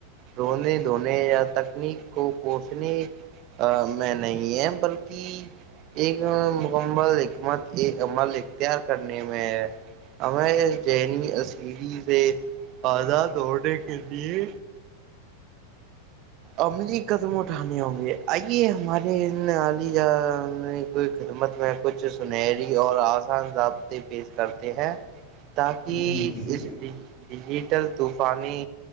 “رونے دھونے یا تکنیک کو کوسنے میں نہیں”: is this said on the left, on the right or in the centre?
Right